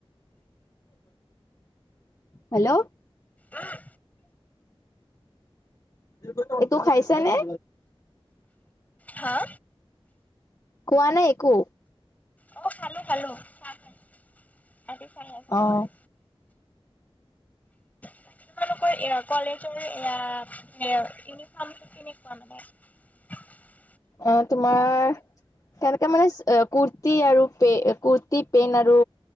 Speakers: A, on the left (about 35°); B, on the left (about 15°).
A: হেল্ল'
B: উম।
A: ভেকোৰিটো এইটো খাইছ নে।
B: হা
A: কোৱা নাই একো।
B: অহ খালোঁ খালোঁ চাহ খাই গাখীৰ চাহে খালোঁ
A: অ',
B: বাৰু। <unintelligible> তোমালোকৰ এয়া কলেজৰ এয়া ইউনিফৰ্ম কেনেকুৱা মানে। <unintelligible>
A: অ তোমাৰ - কেনেকাে মানে কুৰ্তি আৰু পে কুৰ্তি পেন আৰু